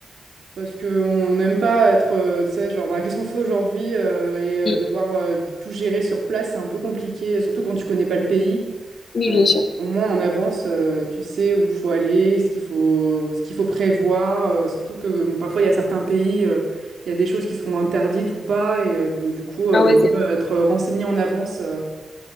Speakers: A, on the right (about 70°); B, on the left (about 60°).
A: parce qu'on n'aime pas être, euh, tu sais, genre, bah, qu'est-ce qu'on fait aujourd'hui euh, et euh,
B: Oui,
A: devoir euh, tout gérer sur place, c'est un peu compliqué, surtout quand tu connais pas le pays.
B: oui,
A: Euh,
B: bien sûr.
A: au moins en avance, euh, tu sais où faut aller, ce qu'il faut, ce qu'il faut prévoir. euh, surtout que euh, parfois il y a certains pays, euh, il y a des choses qui sont interdites ou pas, et euh, donc du coup, euh,
B: Ah
A: vaut
B: ouais,
A: mieux
B: c'est
A: être renseigné en avance. euh.